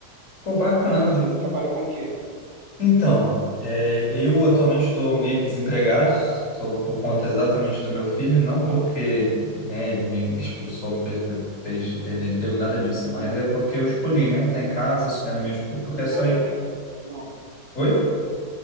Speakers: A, on the left (about 40°); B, on the right (about 85°).
A: Pô, bacana.
B: e vocês trabalham com o quê?
A: Então, é, eu atualmente estou meio que desempregado, estou por conta exatamente do meu filho, não
B: Aham,
A: porque, né, ele me, me expulsou, me fez, pe- fez perder o emprego, nada disso, mas
B: aham.
A: é porque eu escolhi, né, tá em casa auxiliando minha esposa, porque
B: Preferência.
A: é só...
B: Não.
A: Oi?